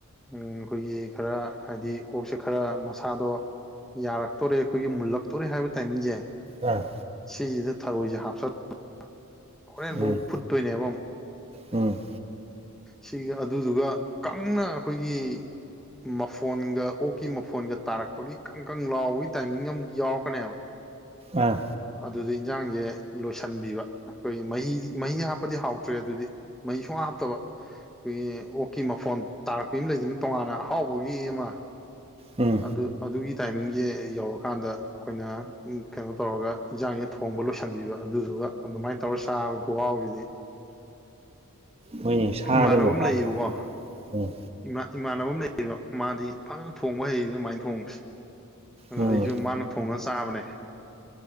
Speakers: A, in the centre; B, on the right.
A: ꯑꯩꯈꯣꯏꯒꯤ ꯈꯔ ꯍꯥꯏꯗꯤ ꯑꯣꯛꯁꯦ ꯈꯔ ꯃꯁꯥꯗꯣ ꯌꯥꯔꯛꯇꯣꯔꯦ ꯑꯩꯈꯣꯏꯒꯤ ꯃꯨꯜꯂꯛꯇꯣꯔꯦ ꯍꯥꯏꯕ ꯇꯥꯏꯃꯤꯡꯁꯦ
B: ꯑꯝ
A: ꯁꯤꯁꯤꯗ ꯊꯔꯣꯏꯁꯦ ꯍꯥꯞꯆꯜꯂ ꯍꯣꯔꯦꯟꯐꯧ
B: ꯎꯝ
A: ꯐꯨꯠꯇꯣꯏꯅꯦꯕ ꯑꯃꯨꯛ
B: ꯎꯝ
A: ꯁꯤꯒ ꯑꯗꯨꯗꯨꯒ ꯀꯪꯅ ꯑꯩꯈꯣꯏꯒꯤ ꯃꯐꯣꯟꯒ ꯑꯣꯛꯀꯤ ꯃꯐꯣꯟꯒ ꯇꯥꯔꯛꯄꯒꯤ ꯀꯪ ꯀꯪ ꯂꯥꯎꯕꯒꯤ ꯇꯥꯏꯃꯤꯡ ꯑꯃ ꯌꯥꯎꯔꯛꯀꯅꯦꯕ
B: ꯑꯥ
A: ꯑꯗꯨꯗ ꯏꯟꯖꯥꯡꯁꯦ ꯂꯣꯏꯁꯤꯟꯕꯤꯕ ꯑꯩꯈꯣꯏꯒꯤ ꯃꯍꯤ ꯃꯍꯤ ꯍꯥꯞꯄꯗꯤ ꯍꯥꯎꯇ꯭ꯔꯦ ꯑꯗꯨꯗꯤ ꯃꯍꯤ ꯁꯨꯡ ꯍꯥꯞꯇꯕ ꯑꯩꯈꯣꯏꯒꯤ ꯑꯣꯛꯀꯤ ꯃꯐꯣꯟ ꯇꯥꯔꯛꯄ ꯑꯃ ꯂꯩꯗꯅ ꯇꯣꯉꯥꯟꯅ ꯑꯍꯥꯎꯕꯒꯤ ꯑꯃ
B: ꯎꯝ
A: ꯑꯗꯨ ꯑꯗꯨꯒꯤ ꯇꯥꯏꯃꯤꯡꯁꯦ ꯌꯧꯔꯀꯥꯟꯗ ꯑꯩꯈꯣꯏꯅ ꯀꯩꯅꯣ ꯇꯧꯔꯒ ꯏꯟꯖꯥꯡꯁꯦ ꯊꯣꯡꯕ ꯂꯣꯏꯁꯟꯕꯤꯕ ꯑꯗꯨꯗꯨꯒ ꯑꯗꯨꯃꯥꯏꯅ ꯇꯧꯔꯒ ꯆꯥꯕ ꯈꯨꯍꯥꯎꯁꯤꯗꯤ
B: ꯍꯣꯏꯅꯦ ꯁꯥꯗꯕꯨ
A: ꯏꯃꯥꯟꯅꯕ ꯑꯃ
B: ꯍꯥꯎ
A: ꯂꯩꯌꯦꯕꯀꯣ
B: ꯎꯝ
A: ꯃꯥ ꯏꯃꯥꯟꯅꯕ ꯑꯃ ꯂꯩꯌꯦꯕ ꯃꯥꯗꯤ ꯐꯖꯅ ꯊꯣꯡꯕ ꯍꯩꯌꯦ ꯑꯗꯨꯃꯥꯏꯅ ꯊꯣꯡꯕꯁꯦ ꯑꯗꯣ
B: ꯎꯝ
A: ꯑꯩꯁꯨ ꯃꯥꯅ ꯊꯣꯡꯉꯒ ꯆꯥꯕꯅꯦ